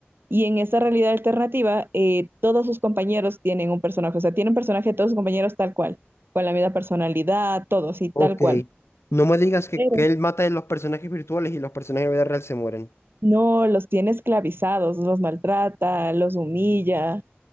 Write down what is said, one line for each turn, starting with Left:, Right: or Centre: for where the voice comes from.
Right: Y en esta realidad alternativa, eh, todos sus compañeros tienen un personaje. O sea, tiene un personaje de todos sus compañeros tal cual, con la misma personalidad, todos y tal
Left: Ok.
Right: cual.
Left: No me digas que,
Right: Pero
Left: que él mata a los personajes virtuales y los personajes de la vida real se mueren.
Right: no los tiene esclavizados, los maltrata, los humilla.